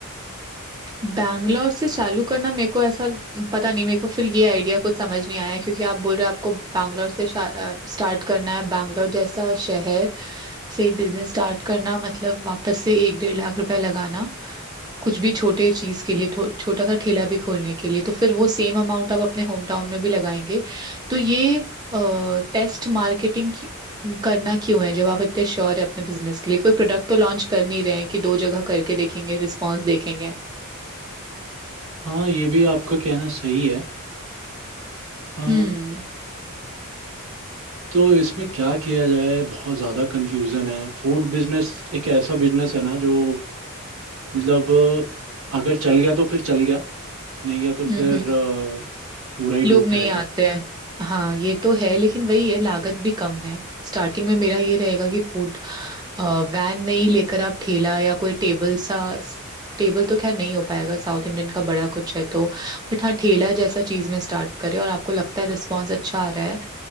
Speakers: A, on the right; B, on the right.
A: बैंगलोर से चालू करना मेरे को ऐसा पता नहीं मेरे को फिर ये आइडिया कुछ समझ नहीं आया क्योंकि आप बोल रहे हो आपको बैंगलोर से स्टार्ट करना है बैंगलोर जैसा शहर से बिजनेस स्टार्ट करना मतलब वापस से एक डेढ़ लाख रुपए लगाना कुछ भी छोटे चीज के लिए थो, छोटा सा ठेला भी खोलने के लिए तो फिर वो सेम अमाउंट आप अपने होम टाउन में भी लगाएंगे तो ये टेस्ट मार्केटिंग करना क्यों है जब आप इतने श्योर है अपने बिजनेस के लिए कोई प्रोडक्ट तो लॉन्च कर नहीं रहे हैं कि दो जगह करके देखेंगे रिस्पॉन्स देखेंगे
B: हाँ ये भी आपका कहना सही है अ,
A: हम्म
B: तो इसमें क्या किया जाए बहुत ज़्यादा कंफ्यूजन है फूड बिजनेस एक ऐसा बिजनेस है ना जो मतलब अ, अगर चल गया तो फिर चल गया नहीं गया तो
A: हम्म
B: फिर
A: हम्म,
B: अ, पूरा ही डूब
A: लोग नहीं
B: जाएगा
A: आते हैं हाँ ये तो है लेकिन वही है लागत भी कम है स्टार्टिंग में मेरा ये रहेगा कि फूड वैन नहीं लेकर आप ठेला या कोई टेबल सा टेबल तो खैर नहीं हो पाएगा साउथ इंडियन का बड़ा कुछ है तो बट हाँ ठेला जैसा चीज में स्टार्ट करें और आपको लगता है रिस्पॉन्स अच्छा आ रहा है